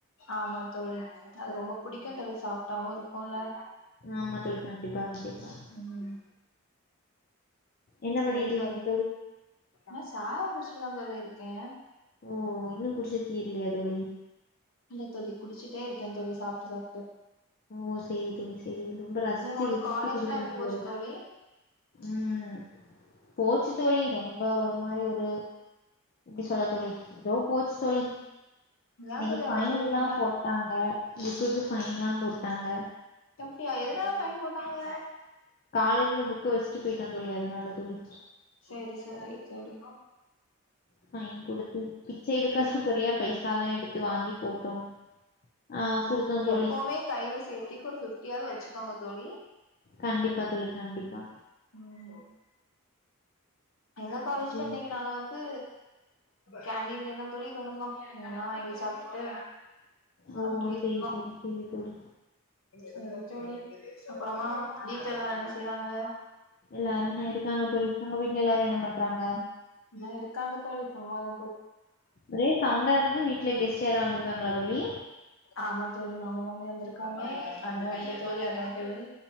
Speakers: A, on the left; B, on the left.
A: ஆமா தோழி அது ரொம்ப புடிக்கு தோழி சாஃப்டாவு இருக்குக்ல
B: ஆமா தோழி கண்டிப்பா கண்டிப்பா
A: ம்
B: என்ன
A: செரி
B: பண்ணிட்டு இருக்கீங்க
A: தோழி நா சாயா குடிஷிட்டுதா தோழி இருக்கே
B: ஓ இன்னு குடிச்சு தீர்லியா தோழி
A: இல்ல தோழி குடிச்சிட்டே இருக்கேந் தோழி சாப்ட்டு சாப்ட்டு
B: ஓ செரி தோழி செரி ரொம்ப ரசிச்சு
A: நீ உங்களுக்கு
B: ருசிச்சு
A: காலேஜ்லா
B: குடிக்கறீங்களோ
A: எப்டி போச்சு தோழி
B: ம் போச்சு தோழி ரொம்ப ஒரு மாரி ஒரு எப்டி சொல்ல தோழி எதோ போச்சு தோழி
A: ஏ
B: இன்னிக்கி
A: தோழி
B: ஃபைன்லா
A: அப்டி சொல்றீங்க
B: போட்டாங்க புக்குக்கு ஃபைன்லா போட்டாங்க
A: அப்டியா எதனால ஃபைன் போட்டாங்க
B: காலேஜில புக்கு வெஷ்ட்டு போய்ட்டேந் தோழி அதனால தோழி
A: செரி செரி தோழி
B: ஃபைன் குடுத்து பிச்ச எடுக்காத குறையா பைசால்லா எடுத்து வாங்கி போட்டோ ஆ குடுத்தோ தோழி
A: எப்பவுமே கைல சேஃப்டிக்கு ஒரு ஃபிஃப்டியாது வெச்சுக்கோங்க தோழி
B: கண்டிப்பா தோழி கண்டிப்பா
A: ம் எங்க காலேஜ்ல
B: ம்.
A: இன்னிக்கு நாங்க வந் து கேண்டீன்லேதா தோழி கெடந்தோ எதுனா வாங்கி சாப்ட்டு
B: ஓ
A: அப்டி இருந்தோ
B: சேரி தோழி சேரி தோழி
A: செரி தோழி அப்பறமா வீட்ல எல்லாரு என்ன செய்றாங்க
B: எல்லாருன்ன இருக்காங்க தோழி உங்க வீட்ல எல்லாரு என்ன பண்றாங்க
A: இன்ன இருக்காங்க தோழி சும்மாதா
B: ஒரே சவுண்டா இருக்கு வீட்ல கெஸ்ட் யாராவ் வந்திருக்காங்களா தோழி
A: ஆமா தோழி மாமா மாமி வந்திருக்காங்க அண்ணே வந்து தோழி அதா தோழி